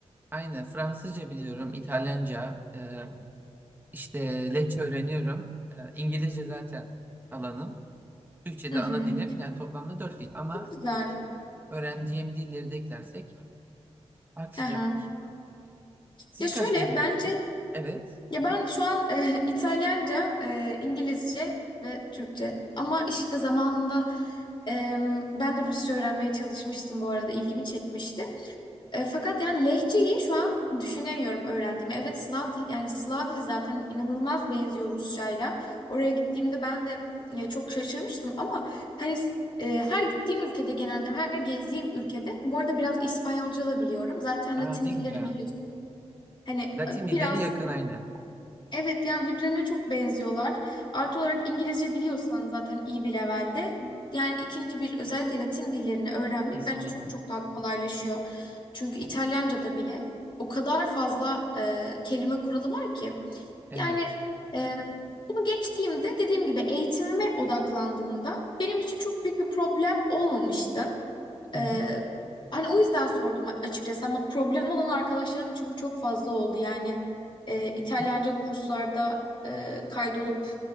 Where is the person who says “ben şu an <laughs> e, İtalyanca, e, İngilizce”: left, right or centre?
Left